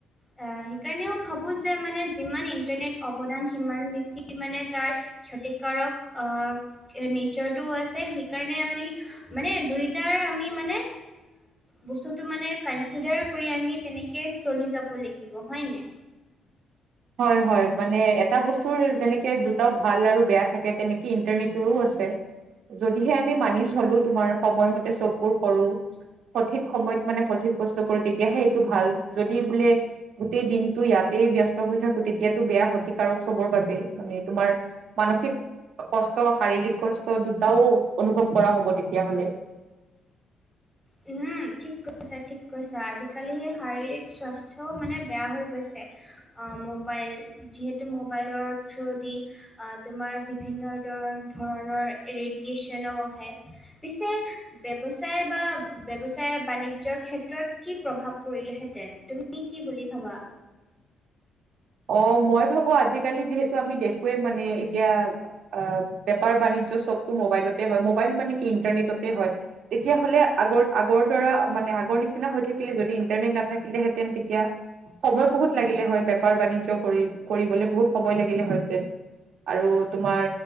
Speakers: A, in the centre; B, on the right.
A: সেইকাৰণেও ভাবোঁ যে মানে যিমান ইণ্টাৰনেট অৱদান সিমান বেছি মানে তাৰ ক্ষতিকাৰক আহ নেচাৰটোওঁ আছে, সেইকাৰণে আমি মানে দুইটাৰ আমি মানে বস্ততো মানে কনচিডাৰ কৰি আমি তেনেকে চলি যাব লাগিব হয়নে।
B: হয়, হয়, মানে এটা বস্তুৰ যেনেকে দুটাও ভাল আৰু বেয়া থাকে তেনেকৈ ইণ্টাৰনেটৰো আছে। যদিহে আমি মানি চলোঁ,
A: উম
B: তোমাৰ সময়মতে চববোৰ কৰোঁ। সঠিক সময়ত মানে সঠিক বস্তু কৰোঁ। তেতিয়াহে এইটো ভাল যদি বোলে। গোটেই দিনটো ইয়াতেই ব্যস্ত। হৈ থাকো তেতিয়াতো বেয়া ক্ষতিকাৰক চবৰ বাবে মানে তোমাৰ মানসিক। কষ্ট শাৰীৰিক কষ্ট দুটাও অনুভৱ কৰা হ'ব তেতিয়া হ'লে।
A: <unintelligible> ঠিক কৈছা, ঠিক কৈছা, আজিকালি সেই শাৰীৰিক স্বাস্থ্যও মানে বেয়া হৈ গৈছে। মোবাইল, যিহেতু মোবাইলৰ থ্ৰুদি তোমাৰ বিভিন্ন ধ ধৰণৰ ৰেডিয়েচনো আহে। পিছে ব্যৱচায় বা। ব্যৱচায় বাণিজ্যৰ ক্ষেত্ৰত কি প্ৰভাৱ পৰিলেহেঁতেন তুমি কি বুলি ভাবা?
B: অ 'মই ভাবোঁ আজিকালি যিহেতু আমি দেখোৱেই মানে এতিয়া। অ 'বেপাৰ বাণিজ্য চবটো মোবাইলতে হয়, মোবাইল মানে ইন্টাৰনেট হয়, তেতিয়া হ'লে আগৰ আগৰ পৰা মানে আগৰ নিচিনা হৈ থা যদি ইণ্টাৰনেট নাথাকিলেহেঁতেন, তেতিয়া সময় বহুত লাগিলে হয়। বেপাৰ বাণিজ্যয কৰি কৰিবলৈ বহুত সময় লাগিলে হয়তে আৰু তোমাৰ